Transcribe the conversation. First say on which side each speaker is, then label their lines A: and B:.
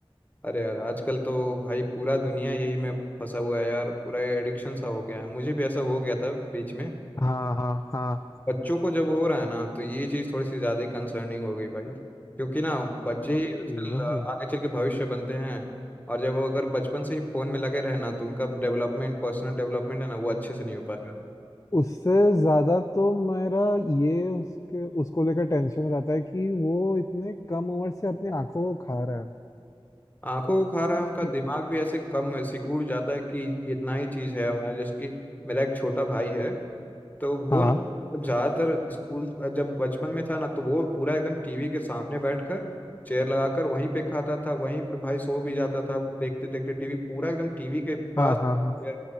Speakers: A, on the left (about 15°); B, on the left (about 30°).
A: अरे यार आजकल तो भाई पूरा दुनिया यही में फंसा हुआ है यार पूरा ये एडिक्शन सा हो गया है मुझे भी ऐसा हो गया था बीच में
B: हाँ हाँ हाँ
A: बच्चों को जब हो रहा है ना तो ये चीज़ थोड़ी सी ज़्यादा कंसर्निंग हो गई भाई क्योंकि ना बच्चे
B: वही
A: ही आजकल
B: वही
A: आगे चल के भविष्य बनते हैं और जब वो अगर बचपन से ही फ़ोन में लगे रहे ना तो उनका डेवलपमेंट पर्सनल डेवलपमेंट है ना वो अच्छे से नहीं हो पाएगा
B: उससे ज़्यादा तो मेरा ये उसके उसको लेकर टेंशन रहता है कि वो इतने कम उम्र से अपनी आंखों को खा रहा है
A: आंखों को खा रहा है उनका
B: कि-
A: दिमाग भी ऐसे कम सिकुड़ जाता है कि ये इतना ही चीज़ है हमारा जैसे कि मेरा एक छोटा भाई है तो वो
B: हाँ
A: ना ज्यादातर स्कूल जब बचपन में था ना तो वो पूरा एकदम टीवी के सामने बैठकर चेयर लगाकर वहीं पे खाता था वहीं पे भाई सो भी जाता था देखते देखते टीवी पूरा एकदम टीवी के पास
B: हाँ हाँ हाँ
A: यार